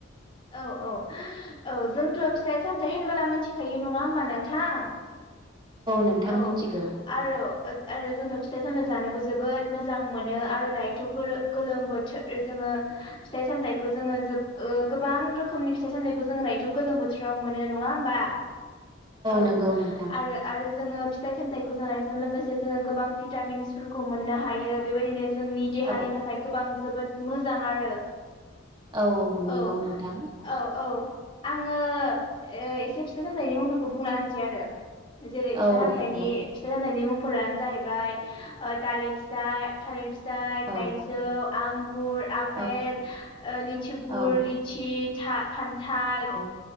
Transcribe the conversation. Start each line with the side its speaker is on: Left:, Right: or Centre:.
Left: औ-औ-औ जोंथ' फिथाइ सामथायाइ होनोबोला मिथिखायो नङा होमबा नोंथां।
Right: नोंथां
Left: औ
Right: मिथिगौ
Left: आरो। ओद आरो जोंथ' फिथाइ सामाइ जानोबो जोबोद मोजां मोनो आरो दायोथ' गोलो गोलोम बोथोर ओ जों ओ फिथाइ सामथायखौ जोङो जोम ओ गोबां रोखोमनि फिथाइ सामथखौ जोङो दायोथ' गोलोम बोथ्रोाव मोनो। ओ नंङा होमबा औ
Right: नंगौ नोंथां
Left: आरो-आरो जोङो फिथाइ सामथाइखौ जानायजों लोगोसे जोङो गोबां भिटामिन्सफोरखौ मोननो हायो बेबायनो। जोंनि देहानि
Right: औ
Left: थाखाय गोबां जोबोद मोजां आरो।
Right: औ नंगौ
Left: औ-औ-औ।
Right: नोंथां
Left: आङो एओ एसे फिथाइ सामथायनि मुंफोरखौ बुंना होनोसै आरो। जेरै फिथाइ
Right: औ
Left: हामथायनि
Right: दे बुं
Left: फिथाइ सामथायनि मुंफोरा जाहैबाय ओ दालिम फिथाय थालिर फिथाइ
Right: औ
Left: थाइजौ आं गुर आपेल
Right: औ
Left: ओ लिचुगुर
Right: औ
Left: लिचि था खान्थाल
Right: औ